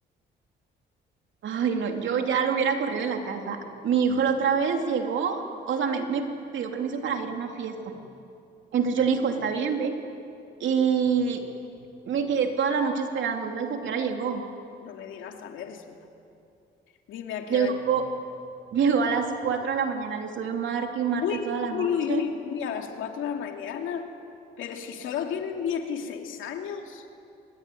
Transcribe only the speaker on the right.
ay, no, yo ya lo hubiera corrido de la casa. Mi hijo la otra vez llegó, o sea, me, me pidió permiso para ir a una fiesta. Entonces yo le dije, está bien, ve. Y me quedé toda la noche esperando, ¿sabes a qué hora llegó?
Llegó,
co- <laughs> llegó a las 4 de la mañana, le estuve marque y marque
toda la
noche.